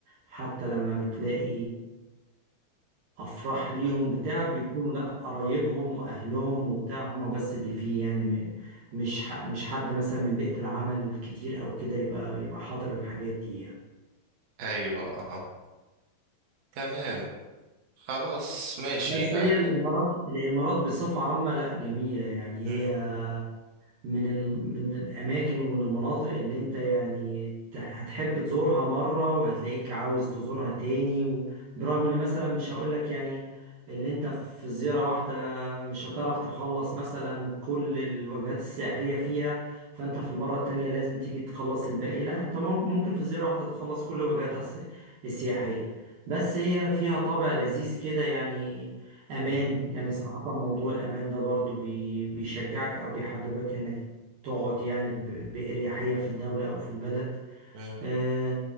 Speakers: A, on the right; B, on the right.
A: حتى لما بتلاقي افراح ليهم
B: مم.
A: بتاع بيكونوا لا قرايبهم واهلهم وبتاع هم بس اللي فيه يعني م- مش ح- مش حد مثلا من بيئة العمل كتير او كده يبقى يبقى حاضر الحاجات دي يعني
B: ايوه آه. تمام خلاص ماشي
A: بس
B: يعني
A: هي الامارات الامارات بصفة عامة لا جميلة يعني
B: مم.
A: هي من ال... من الأماكن ومن المناطق اللي أنت يعني ت- هتحب تزورها مرة وهتلاقيك عاوز تزورها تاني و... برغم إن مثلا مش هقولك يعني اللي أنت في زيارة واحدة مش هتعرف تخلص مثلا كل الوجهات السياحية فيها فأنت في المرة التانية لازم تيجي تخلص الباقي لا أنت مر- ممكن في زيارة واحدة تخلص كل وجهاتها الس- السياحية بس هي فيها طابع لذيذ كده يعني امان
B: مم.
A: يعني صراحة موضوع الامان ده برضو بي بيشجعك او بيحببك انك تقعد يعني ب- باريحية في الدولة او في البلد
B: مم.
A: آه،